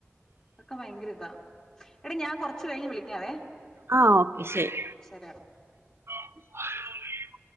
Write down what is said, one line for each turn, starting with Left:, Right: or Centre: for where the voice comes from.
Left: പ്പൊക്കെ ഭയങ്കര താ എടീ ഞാൻ കുറച്ച കഴിഞ്ഞ് വിളിക്കാവേ
Right: ആ ഓക്കെ ശരി
Left: ശരിയെടാ
Right: <inaudible> <unintelligible>